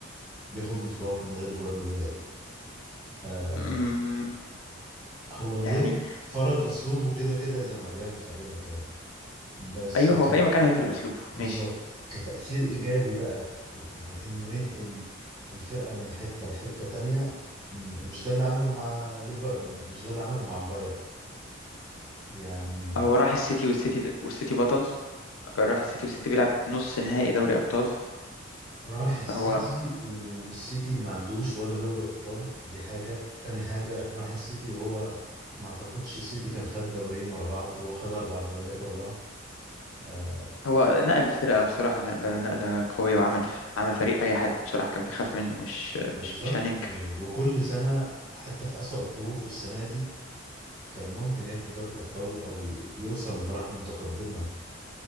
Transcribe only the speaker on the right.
وبياخد بطولات من غير جوارديولا يعني آه
هو جه
فرض اسلوبه كده كده زي ما بيعمل في اي مكان بس
ك
بالظبط
كتأثير ايجابي بقى وانه ينقل الفرقه من حته لحته تانية م- مش ده اللي عمله مع ليفا مش ده اللي عمله مع البايرن يعني
راح السيتي
والسيتي ما عندوش ولا دوري ابطال دي حاجه تاني حاجه راح السيتي وهو ما اعتقدش السيتي كان خد دوريين ورا بعض هو خد اربع دوريات ورا بعض آه
بالظبط
وكل سنه حتى في اسوأ ظروفه السنه دي كان ممكن ياخد دوري الابطال او ي- يوصل لمراحل متقدمه